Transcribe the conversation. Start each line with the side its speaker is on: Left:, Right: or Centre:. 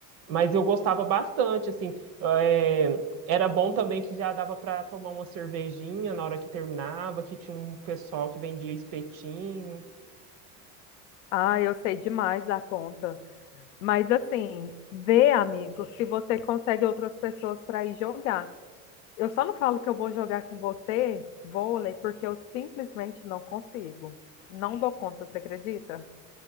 Right: mas eu gostava bastante, assim. é, era bom também que já dava para tomar uma cervejinha na hora que terminava, que tinha um pessoal que vendia espetinho.
Left: Ah, eu sei demais da conta. Mas assim, vê, amigo, se você consegue outras pessoas para ir jogar. Eu só não falo que eu vou jogar com você vôlei, porque eu simplesmente não consigo. Não dou conta, você acredita?